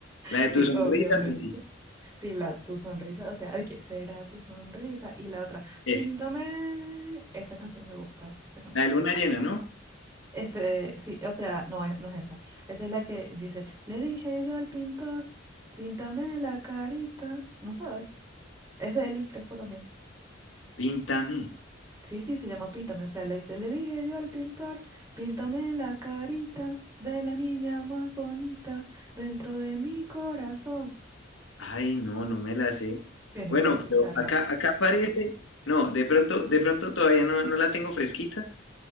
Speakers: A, on the left; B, on the right.
A: La de
B: Sí,
A: tu sonrisa,
B: obviamente.
A: pues sí,
B: Sí, la, tu sonrisa, o sea, ¿de ¿qué será tu sonrisa? Y la otra,
A: es.
B: píntame. Esa canción me gusta, esa canción
A: La de
B: me
A: luna
B: gusta.
A: llena, ¿no?
B: Este, sí, o sea, no es, no es esa. Esa es la que dice, le dije yo al pintor, píntame la carita. ¿No sabes? Es de Elvis Crespo también.
A: Píntame.
B: Sí, sí, se llama Píntame. O sea, le dice, le dije yo al pintor, píntame la carita de la niña más bonita dentro de mi corazón.
A: Ay, no, no me la sé.
B: Tienes
A: Bueno,
B: que escucharla.
A: pero acá, acá parece, no, de pronto, de pronto todavía no, no la tengo fresquita,